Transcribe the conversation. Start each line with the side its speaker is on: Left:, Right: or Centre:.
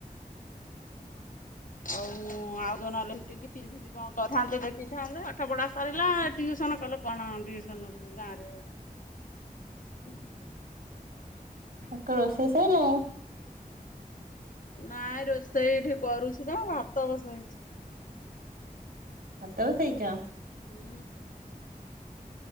Left: ହଉ ଆଉ କଣ ନ ହେଲେ ସିଟି କି ପିଜି ଫିଜି କଣ କରିଥାନ୍ତେ ଦେଖିକି। କରିଥାନ୍ତେ ପାଠ ପଢା ସାରିଲା, ଟିଉସନ କଲେ କଣ କଉସନ ରୁ ଗାଁ ରେ ହବ। <inaudible>
Right: ସକାଳ ରୋଷେଇ ସଇଲାଣି?
Left: ନାଇଁ ରୋଷେଇ ଏଠି କରୁଛି ବା ଭାତ ବସେଇଛି।
Right: ଭାତ ବସେଇଚ?
Left: ହୁଁ।